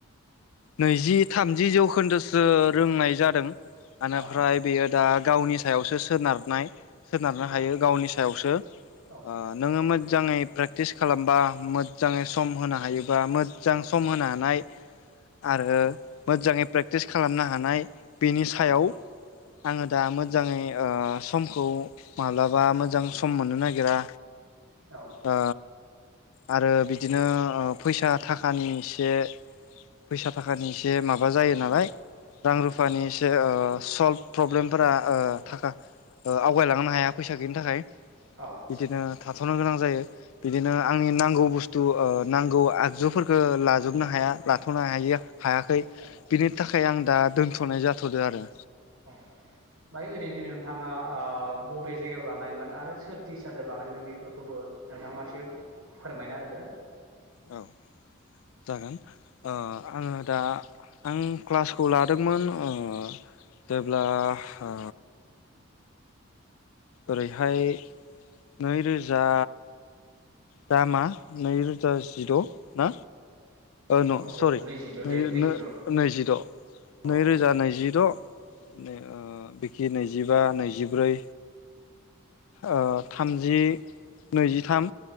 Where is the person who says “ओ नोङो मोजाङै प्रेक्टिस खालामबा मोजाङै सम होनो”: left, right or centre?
Left